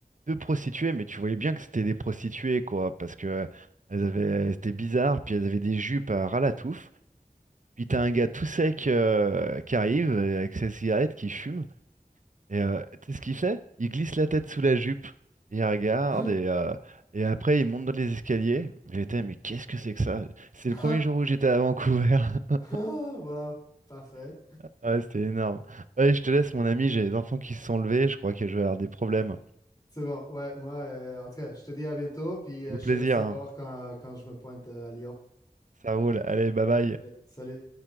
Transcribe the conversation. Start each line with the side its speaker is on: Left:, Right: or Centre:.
Right: deux prostituées, mais tu voyais bien que c'était des prostituées, quoi, parce que elles avaient, elles étaient bizarres, puis elles avaient des jupes à ras la touffe. Puis t'as un gars tout sec euh, qui arrive euh, avec sa cigarette, qui fume, et euh, tu sais ce qu'il fait? Il glisse la tête sous la jupe, il regarde,
Left: <laughs>
Right: et, euh, et après il monte dans les escaliers. J'étais, mais qu'est-ce que c'est que ça? C'est
Left: Ah,
Right: le premier jour où j'étais à Vancouver. <laughs>
Left: ah, Wow, parfait.
Right: Ah, ouais, c'était énorme. Allez, je te laisse, mon ami, j'ai les enfants qui se sont levés, je crois que je vais avoir des problèmes.
Left: C'est bon, ouais, moi, euh, en tout cas, je te dis à bientôt, puis euh,
Right: Au plaisir,
Left: je te laisse savoir
Right: hein.
Left: quand, quand je me pointe euh, à Lyon.
Right: Ça roule. Allez, bye bye.
Left: Allez, salut.